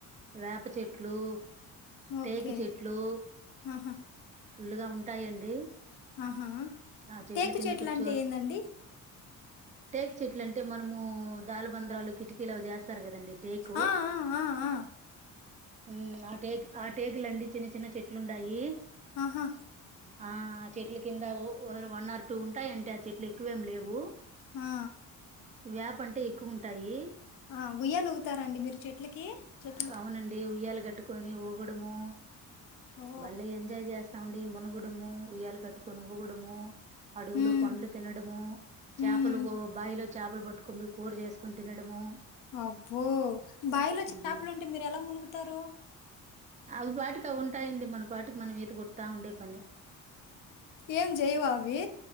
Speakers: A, on the right; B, on the left.
A: వేప చెట్లు
B: ఓకే
A: టేక చెట్లు
B: ఆహా
A: ఫుల్ గా ఉంటాయండి
B: ఆహా
A: ఆ చెట్ల
B: ట ముకు
A: కింద
B: చెట్లా
A: కూర్చో
B: అంటే ఏందండి
A: టేక్ చెట్లు అంటే మనము దాలబంద కికీలో చేస్త సారు కదండి టేకు
B: ఆ ఆ ఆ ఆ
A: ఉ ఆ టేక్ ఆ టేక్ లుండి చిన్న చిన్న చెట్లు ఉన్నాయి
B: ఆహా
A: ఆ చెట్ల కింద వన్ ర్ ఇటు ఉంటాయింటే ఆ చెట్లు ఎక్కువేం లేవు
B: ఆ
A: వేప అంటే ఎక్కువ ఉంటాయి
B: ఆ ఉయ్యాలు ఊగుతారండి మీరు చెట్లకి చెట్లు
A: అవునండి ఉయ్యాల కట్టుకొని ఊగడము
B: ఓ
A: బాలే ఎంజాయ్ చేస్త తౌండడి మునుగుడము ఉయ్యలు కట్టుకొని ఊగుడము అడుగులో
B: ఉమ్
A: పండ్లు తినడము చేపలు
B: ఉమ్
A: బావిలో చేపలు పట్టుక కూర చేసుకో కొని తినడము
B: అబ్బో బావిలో చేపలుంటే
A: ఉమ్.
B: మీరు ఎలా మునుగుతారు.
A: అవి పాటికి అవి ఉంటాయండి మన పాటికి మనం ఏది కొడతా ఉండే పని
B: ఏం చేయవా అవి